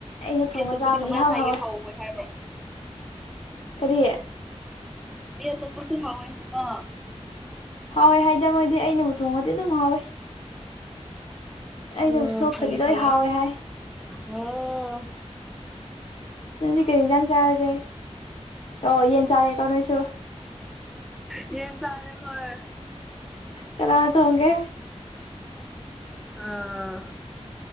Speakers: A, on the left; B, in the centre.
A: ꯑꯩꯅ
B: ꯃꯤ
A: ꯊꯣꯡꯉ
B: ꯑꯆꯄꯨꯗꯤ
A: ꯆꯥꯕꯗꯤ
B: ꯀꯃꯥꯏꯅ
A: ꯏꯍꯥꯎ
B: ꯍꯥꯏꯒꯦ
A: ꯍꯥꯎꯋꯦ
B: ꯍꯥꯎꯑꯣꯏ ꯍꯥꯏꯕ꯭ꯔꯣ
A: ꯀꯔꯤꯌꯦ
B: ꯃꯤ ꯇ ꯄꯁꯨ ꯍꯥꯏꯋꯥꯣꯏ ꯑ
A: ꯍꯥꯎꯋꯦ ꯍꯥꯏꯗ ꯃꯣꯏꯗꯤ ꯑꯩꯅꯕꯨ ꯊꯣꯡꯉꯗꯤ ꯑꯗꯨꯝ ꯍꯥꯎꯋꯦ
B: ꯑꯣ
A: ꯑꯩꯅꯕꯨ ꯁꯣꯛꯈ꯭ꯔꯗꯤ
B: ꯐꯔꯦ
A: ꯂꯣꯏ
B: ꯐꯔꯦ
A: ꯍꯥꯎꯋꯦ ꯍꯥꯏ
B: ꯑꯣ
A: ꯅꯪꯗꯤ ꯀꯩ ꯌꯦꯟꯖꯥꯡ ꯆꯥꯔꯒꯦ ꯑꯣ ꯌꯦꯟ ꯆꯥꯔꯦ ꯇ ꯆꯣ
B: ꯌꯦꯟ ꯆꯥꯔꯦ ꯍꯣꯏ
A: ꯀꯅꯥꯅꯠꯇ ꯍꯣꯡꯒꯦ
B: ꯑꯥ